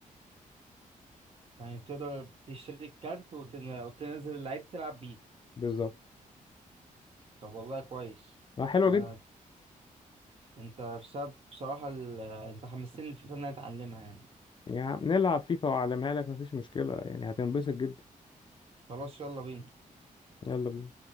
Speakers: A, on the right; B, on the left.
A: يعني بتقدر تشتري الكارت وتن- وتنزل اللعيب تلعب بيه
B: بالظبط
A: طب والله كويس
B: اه حلوه
A: انا
B: جدا
A: انت بسبب بصراحة ال... انت حمستني الفيفا ان انا اتعلمها يعني
B: يا عم نلعب فيفا وأعلمها لك مفيش مشكلة يعني هتنبسط جدا
A: خلاص يلا بينا
B: يلا بينا